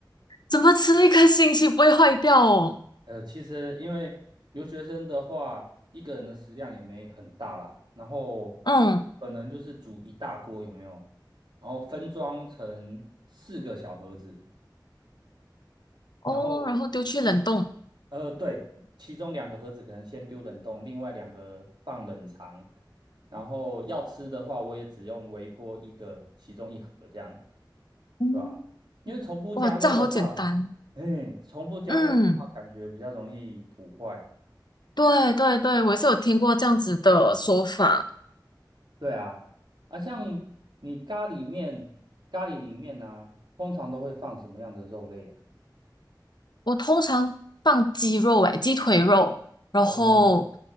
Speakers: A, on the left (about 65°); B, on the right (about 70°).
A: 怎么吃一个星期不会坏掉哦？
B: 呃，其实因为留学生的话，一个人的食量也没很大啦，然后
A: 嗯，
B: 可能就是煮一大锅，有没有？然后分装成四个小盒子，
A: 哦，
B: 然后
A: 然后丢去冷冻。
B: 呃，对，其中两个盒子可能先丢冷冻，另外两个放冷藏。然后要吃的话，我也只用微波一个，其中一盒这样，
A: 嗯，
B: 对吧？因为重复加热的话，
A: 哇，这样好简单。
B: 哎，重复加热的话，
A: 嗯，
B: 感觉比较容易腐坏。
A: 对对对，我也是有听过这样子的说法。
B: 对啊，啊，像你咖喱面，咖喱里面呢、通常都会放什么样的肉类啊？
A: 我通常放鸡肉，诶，鸡腿肉，然后
B: 哦，